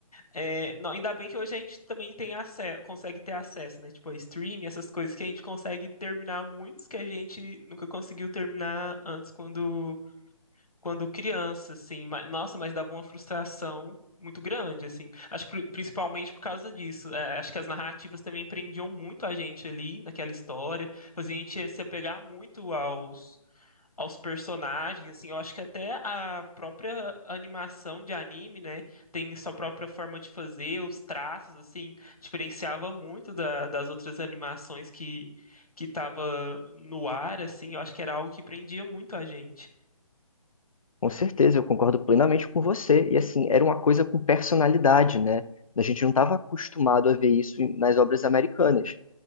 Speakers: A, on the left; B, on the left.
A: É, não, ainda bem que hoje a gente também tem acesso, consegue ter acesso, né? Tipo, a stream, essas coisas que a gente consegue terminar muitos que a gente nunca conseguiu terminar antes quando quando criança, assim. ma- Nossa, mas dava uma frustração muito grande, assim. Acho que pri- principalmente por causa disso. É, acho que as narrativas também prendiam muito a gente ali naquela história, fazia a gente se apegar muito aos aos personagens, assim. Eu acho que até a própria animação de anime, né, tem sua própria forma de fazer, os traços, assim, diferenciava muito da- das outras animações que que estava no ar, assim. Eu acho que era algo que prendia muito a gente.
B: Com certeza, eu concordo plenamente com você. E assim, era uma coisa com personalidade, né? A gente não estava acostumado a ver isso nas obras americanas.